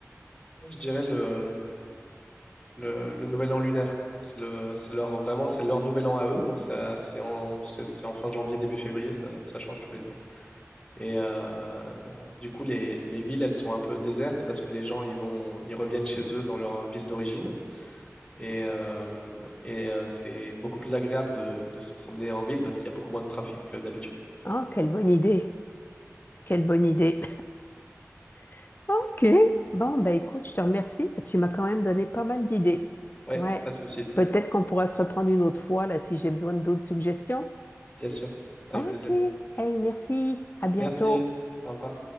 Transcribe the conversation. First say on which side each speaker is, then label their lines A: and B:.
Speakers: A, on the left; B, on the left.
A: Je dirais le, le, le nouvel an lunaire. C'est le, c'est leur, vraiment, c'est leur nouvel an à eux. Donc, ça, c'est en, c'est c'est en fin janvier, début février, ça, ça change tous les ans. Et euh, du coup, les, les villes, elles sont un peu désertes parce que les gens, ils vont, ils reviennent chez eux dans leur ville d'origine. Et, euh, et euh, c'est beaucoup plus agréable de, de se promener en ville parce qu'il y a beaucoup moins de trafic que d'habitude.
B: Ah, quelle bonne idée! Quelle bonne idée. <laughs> OK. Bon, ben écoute, je te remercie. Tu m'as quand même donné pas mal d'idées.
A: Ouais,
B: Ouais.
A: pas de souci,
B: Peut-être qu'on pourra se reprendre une autre fois là si j'ai besoin d'autres suggestions.
A: bien sûr. Avec
B: OK.
A: plaisir.
B: Hey, merci. À bientôt.
A: Merci. Au revoir.